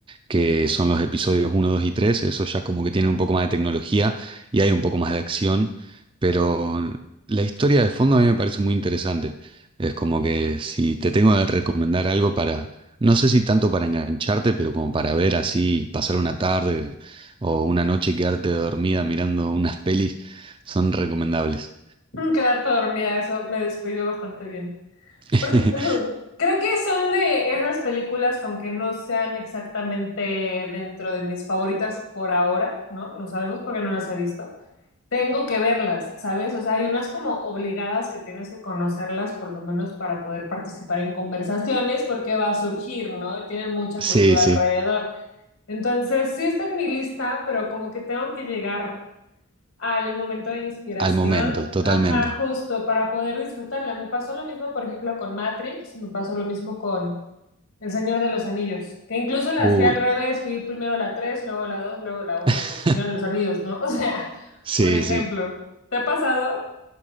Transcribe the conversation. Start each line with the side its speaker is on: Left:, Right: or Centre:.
Right: que son los episodios uno 2 y tres Eso ya como que tiene un poco más de tecnología y hay un poco más de acción, pero la historia de fondo a mí me parece muy interesante. Es como que si te tengo que recomendar algo para, no sé si tanto para engancharte, pero como para ver así, pasar una tarde o una noche y quedarte dormida mirando unas pelis, son recomendables.
Left: <laughs> Quedarte dormida, eso me describió bastante bien.
Right: <laughs>
Left: Pues <laughs> ujú, creo que son de esas películas que aunque no sean exactamente dentro de mis favoritas por ahora, ¿no? No sabemos porque no las he visto. Tengo que verlas, ¿sabes? O sea, hay unas como obligadas que tienes que conocerlas por lo menos para poder participar en conversaciones porque va a surgir, ¿no? Y tienen mucha
Right: Sí,
Left: cultura
Right: sí,
Left: alrededor. Entonces, sí está en mi lista, pero como que tengo que llegar al momento de inspiración,
Right: al momento, totalmente.
Left: ajá, justo para poder disfrutarla. Me pasó lo mismo, por ejemplo, con Matrix, me pasó lo mismo con El Señor de los Anillos, que incluso las
Right: Uy,
Left: vi al revés, vi primero la 3, luego la 2, luego la uno.
Right: <laughs>
Left: El Señor de los Anillos, ¿no? <laughs> O sea,
Right: sí,
Left: por ejemplo,
Right: sí.
Left: ¿te ha pasado?